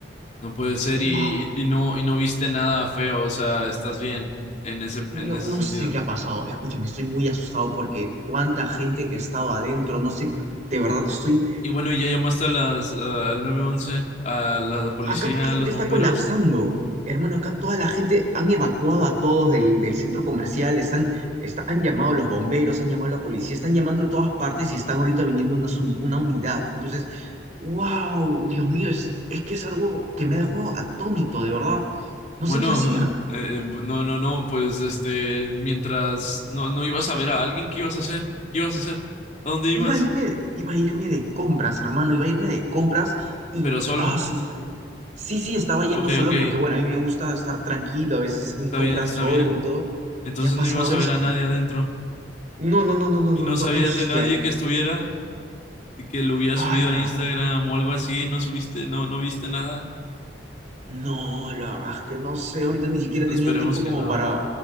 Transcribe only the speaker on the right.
wow,
no,
no
sé qué ha pasado. Escúchame, estoy muy asustado porque cuánta gente que ha estado adentro, no sé, de verdad estoy
Acá la gente
está colapsando. Hermano, acá toda la gente han evacuado a todos del, del centro comercial, están, está- han llamado a los bomberos, han llamado a la policía, están llamando de todas partes y están ahorita viniendo una uni- una, unidad. Entonces, wow, Dios mío, es, es que es algo que me ha dejado atónito, de verdad. No
sé qué hacer.
Iba a irme, de- iba a irme de compras, hermano, iba a irme de compras y,
ah, su madre. Sí, sí, estaba yendo
solo
porque, bueno, a mí me gusta estar tranquilo, a veces hacer mis
compras
solo
y todo.
Y ha pasado
esto.
No, no, no, no, no,
no,
no,
no sé
si
al...
¡Hala!
No, la verdad es que no sé, ahorita ni siquiera he tenido
tiempo
como
para,